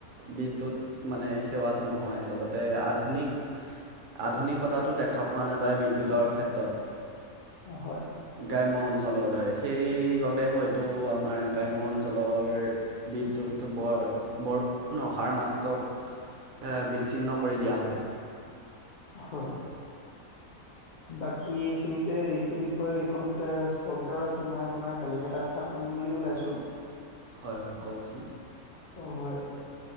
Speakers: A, on the right; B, on the left.
A: বিদ্যুৎ মানে সেৱাটো নহয়, লগতে আধুনিক আধুনিকতাটো দেখা পোৱা নাযায়, বিদ্যুতৰ ক্ষেত্ৰত।
B: হয়।
A: গ্ৰাম্য অঞ্চলৰ দৰে, সেইবাবে হয়তো আমাৰ গ্ৰাম্য অঞ্চলৰ বিদ্যুৎটো বৰ, বৰষুণ অহাৰ মাত্ৰক বিচ্ছিন্ন কৰি দিয়া হয়।
B: হয়। বাকী এইখিনিতে এইটো বিষয়ে এইকণতে স্থগিত ৰাখি মই আপোনাক বেলেগ এটা কথা কম বুলি ওলাইছো।
A: হয়', হয়', কওঁকচোন?
B: অ', হয়।